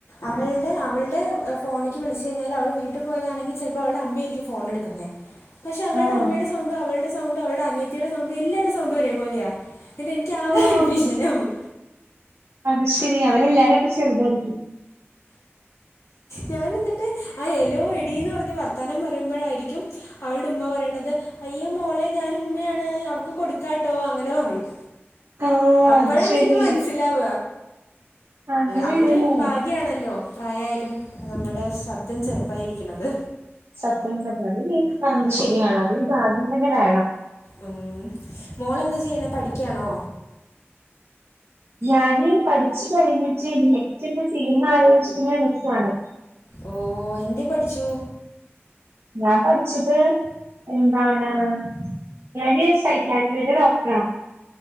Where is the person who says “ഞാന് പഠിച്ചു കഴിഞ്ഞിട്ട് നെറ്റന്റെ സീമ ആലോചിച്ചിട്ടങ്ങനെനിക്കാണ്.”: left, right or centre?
Right